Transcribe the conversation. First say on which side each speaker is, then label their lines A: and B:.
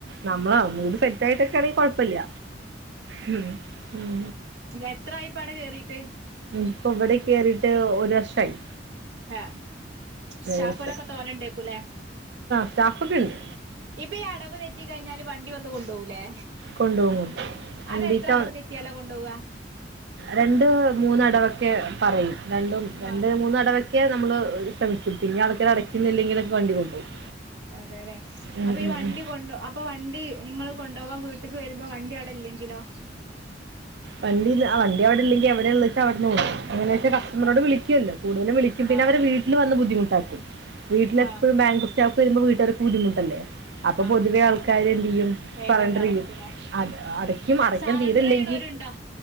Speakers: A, on the right; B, on the right.
A: നമ്മളാ നീട് സെറ്റ് ആയിട്ടൊക്കെ ആണെങ്കി കൊഴപ്പല്ല ഉം ഉം
B: എത്രായിപ്പാടെ കേറീട്ട്
A: ഇപ്പൊ ഇവടെ കെറീട്ട് ഒരു വർഷായി
B: ആ സ്റ്റാഫുകളൊക്കെ
A: വർഷമായി
B: തോന്നണ്ടേക്കൂലേ
A: സ്റ്റാഫൊക്കെ ഉണ്ട്
B: ഇപ്പൊ ഈ അടവ് തെറ്റി കഴിഞ്ഞാല് വണ്ടി വന്നു കൊണ്ടുപോവുല്ലേ
A: കൊണ്ടുപോകും കൊണ്ടുപോകും രണ്ടീച്ച
B: അത് എത്ര അടവ് തെറ്റിയാല കൊണ്ടോവാ
A: രണ്ട് മൂന്നടവൊക്കെ പറയും രണ്ടും രണ്ട്
B: ആഹ്
A: മൂന്നടവക്ക ഒക്കെ നമ്മള് ശ്രമിക്കും പിന്നെ ആൾക്കാർ അടക്കുന്നില്ലെങ്കിലൊക്കെ വണ്ടി കൊണ്ടുപോകും
B: അതെല്ലെ
A: ഉം,
B: അപ്പൊ ഈ
A: ഉം,
B: വണ്ടി
A: ഉം.
B: കൊണ്ട് ഇപ്പോൾ വണ്ടി നിങ്ങൾ കൊണ്ടുപോകവാൻ വീട്ടേക്ക് വരുമ്പോൾ വണ്ടി അവിടെ ഇല്ലെങ്കിലോ
A: വണ്ടി വണ്ടി അവിടെ ഇല്ലെങ്കി എവിടെ ഇള്ളെച്ചാ അവിടെന്ന് കൊണ്ട് പോകും അങ്ങനെ
B: ആഹ്
A: <unintelligible> രോട് വിളിക്ക്യോല്ലോ കൂടുതലും വിളിക്യും പിന്നെ
B: ആഹ്
A: അവരെ വീട്ടില് വന്ന് ബുദ്ധിമുട്ടാക്കും വീട്ടിലെപ്പഴും
B: ആഹ്
A: ബാങ്ക് വരുമ്പോ വീട്ടുകാർക്ക് ബുദ്ധിമുട്ടല്ലേ അപ്പൊ
B: ആഹ്
A: പൊതുവെ ആൾക്കാര് എന്ത് ചെയ്യും
B: വേഗാണ്ട്
A: സറണ്ടർ
B: അടക്കൂലേ
A: ചെയ്യും അത് അടക്കും അടയ്ക്കാൻ
B: സറണ്ടർ
A: തീരല്ലെങ്കി
B: ചെയ്യണോരുണ്ടോ